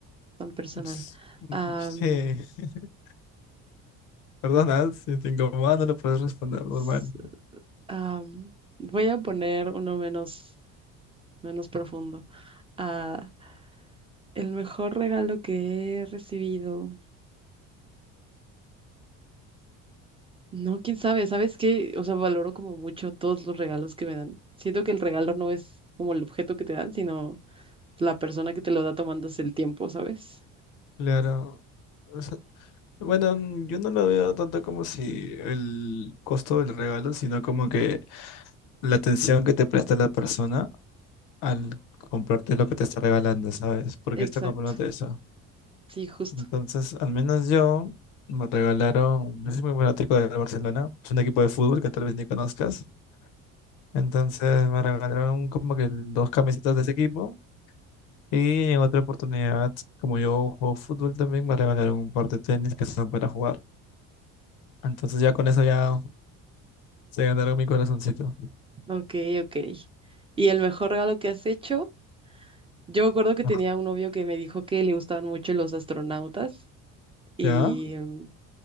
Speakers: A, on the right; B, on the left.
A: tan personal.
B: Ps-
A: Am,
B: mm, Sí, <laughs> perdona, si te incomoda no lo puedes responder normal.
A: s- am, voy a poner uno menos. menos profundo. Ah, el mejor regalo que he recibido. No, quién sabe, ¿sabes qué? O sea, valoro como mucho todos los regalos que me dan. Siento que el regalo no es como el objeto que te dan, sino la persona que te lo da tomándose el tiempo, ¿sabes?
B: Claro. O sea, bueno, mm, yo no lo veo tanto como si el costo del regalo, sino como que la atención que te presta la persona al comprarte lo que te está regalando, ¿sabes? ¿Por
A: Exacto.
B: qué está comprándote eso?
A: Sí, justo.
B: Entonces, al menos yo me regalaron, yo soy muy fanático de Barcelona, es un equipo de fútbol que tal vez ni conozcas. Entonces me regalaron como que dos camisetas de ese equipo y en otra oportunidad, como yo juego fútbol también, me regalaron un par de tenis que son para jugar. Entonces ya con eso ya se ganaron mi corazoncito.
A: Ok, ok. ¿Y el mejor regalo que has hecho? Yo me acuerdo que tenía
B: <laughs>
A: un novio que me dijo que le gustaban mucho los astronautas y,
B: ¿Ya?
A: mm,